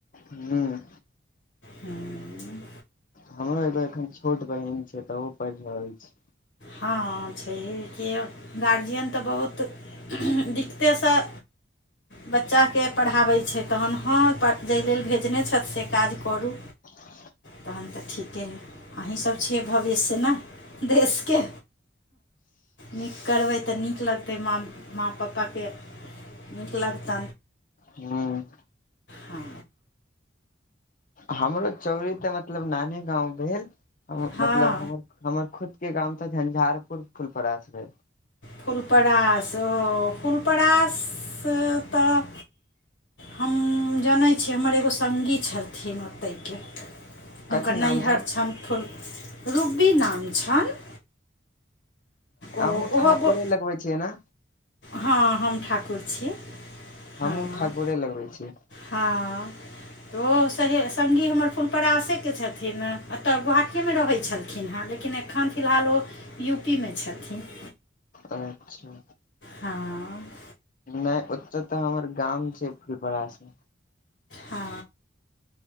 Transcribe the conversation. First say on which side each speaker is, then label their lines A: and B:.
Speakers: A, on the left; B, on the left.
A: हूँ
B: हँ
A: हमरो एगो एखन छोट बहिन छै त ओ पढ़ रहल छै
B: हँ छैहे कि गार्जियन तऽ बहुत देखतैसँ बच्चाके पढ़ाबै छै तहन हँ जाहि लेल भेजने छथि से काज करू
A: ह
B: तहन तऽ ठीके ने अहीँसभ छियै भविष्य ने देश के नीक करबै तऽ नीक लगतै माँ माँ पप्पाके मीक लत
A: हूँ
B: हँ
A: हमरो चौरी तऽ मतलब नानी गाँव भेल
B: हँ
A: मतलब हमर हमर खुद के गाम तऽ झंझारपुर फुलपास भेल
B: फुलपरास ओ फुलपरास तऽ हम जनै छी हमर एगो संगी छलथिन ओतयके हुनकर
A: कथी
B: नैहर
A: नाम छै
B: छनि फुल रूबी नाम छनि ओ
A: अहुँ ठाकुरे
B: ओहो
A: लगबै छियै ने
B: हँ हम ठाकुर छी
A: हमूँ
B: हँ,
A: ठाकुरे लगबै छीयै
B: हँ ओ से संगी हमर फुलपरासेके छथिन एतऽ गोहाटीेमे रहै छलखिन हँ लेकिन एखन फिलहाल ओ यू पी में छलखिन
A: अच्छा
B: हँ,
A: नहि ओ तऽ हमर गाम छै फुलपा से
B: हँ